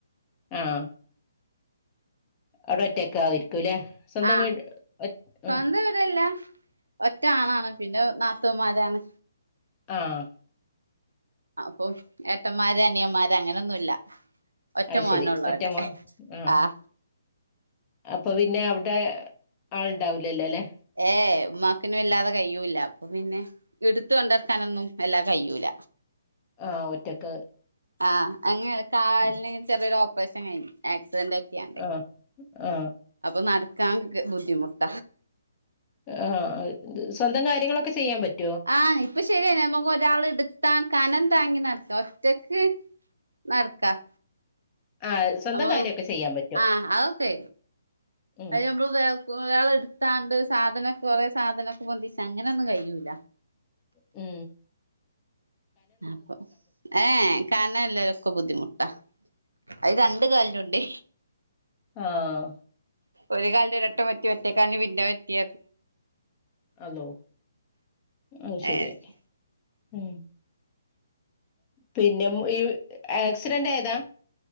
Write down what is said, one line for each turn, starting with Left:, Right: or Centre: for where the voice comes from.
Left: ആഹ അവിടെ ഒറ്റക്കെ ആയിരിക്കൂല്ലെ സ്വന്തംവീട്
Right: ആഹ്
Left: <unintelligible>
Right: സ്വന്തം വീടല്ല ഒറ്റ ആണാണ് പിന്നെ നാത്തമാരാണ്
Left: ആഹ
Right: അപ്പൊ ഏട്ടന്മാര് അനിയന്മാര് അങ്ങനൊന്നുമല്ല ഒറ്റ
Left: അത്
Right: മോന
Left: ശരി
Right: ഉള്ളടെ
Left: ഒറ്റ മോൻ ആ
Right: ആഹ
Left: അപ്പൊ പിന്നെ അവിടെ ആൾുണ്ടാവൂലല്ലേ അല്ലെ
Right: ഏ ഉമ്മാക്കിനും വല്ലാതെ കഴിയൂല്ല അപ്പൊ പിന്നെ എടുത്ത കൊണ്ടിരക്കാനൊന്നും എല്ലാ കയ്യൂല
Left: ആഹ് ഒറ്റക്ക്
Right: ആഹ് അങ്ങനെയ കാലിന്
Left: ഉം,
Right: ചെറിയ ം കഴി ആക്സിഡന്റ് ഒക്കെയാ
Left: ആ ആ
Right: അപ്പൊ നട കാങ്ക്ക് ബുദ്ധിമുട്ട
Left: ആ സ്വന്തം കാര്യങ്ങളൊക്കെ ചെയ്യാൻ പറ്റും
Right: ആഹ ഇപ്പൊ ശരിയന്ന നമ്മക്ക് ഒരാൾ ഇടു കനം താങ്ങി നടക്ക ഒറ്റക്ക് നടക്കാം
Left: ആ സ്വന്തം
Right: നമ്മൾ
Left: കാര്യമൊക്കെ ചെയ്യാൻ പറ്റും
Right: ആഹ അതക്കെ
Left: ഉം
Right: അ നമ്മള് കുരാള എടുത്താണ്ട് സാധനൊക്കെ കൊറെേ സാധനമൊക്കെ ബന്തിച്ച അങ്ങനെയൊന്നും കഴിയൂല
Left: ഏ
Right: അപ്പൊ ഏ കണല്ലരൊക്കെ ബുദ്ധിമുട്ടാ അത് രണ്ട് കാലിനുണ്ട്
Left: ആഹ
Right: ഒരു കാലന്റെരട്ടംമത്തി മറ്റേ കാലന് പിന്നെ പറ്റി
Left: അലോ ആ
Right: അങ്ങനെ
Left: ശരിയ ഉ പിന്നെ ഈ ആക്സിഡന്റ് ആയതാ